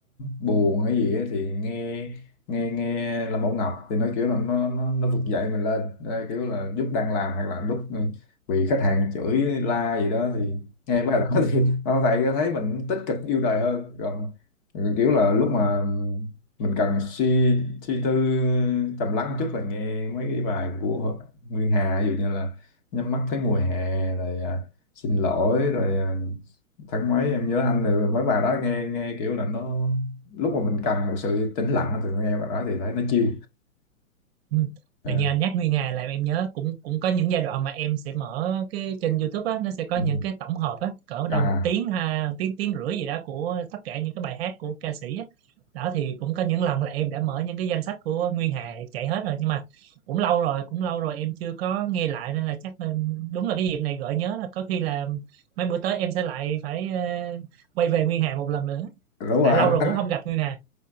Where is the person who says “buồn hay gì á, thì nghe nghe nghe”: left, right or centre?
Left